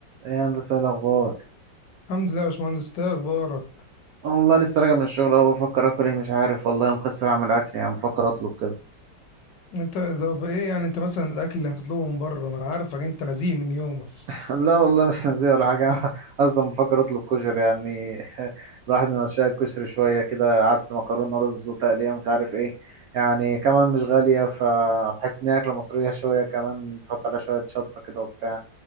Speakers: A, on the right (about 75°); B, on the left (about 70°).
A: ايه يا هندسة إيه الاخبار
B: الحمد لله يا باشمهندس إنت ايه اخبارك
A: والله لسه راجع من الشغل اهو بفكر اكل ايه مش عارف والله مكسر اعمل اكل يعني بفكر اطلب كده
B: انت طب ايه يعني انت مثلا الاكل اللي هتطلبه من بره ما انا عارفك انت نزيه من يومك
A: <laughs> لا والله مش نازيه ولا حاجه <laughs> اصلا بفكر اطلب كشري يعني <laughs> الواحد من عشاق الكشري شويه كده عدس مكرونه رز وتقليه مش عارف ايه يعني كمان مش غاليه فبحس ان هي اكله مصريه شويه كمان تحط عليها شويه شطه كده وبتاع